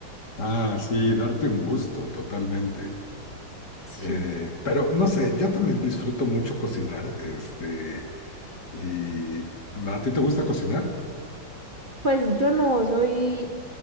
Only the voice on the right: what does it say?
Sí.
Pues yo no soy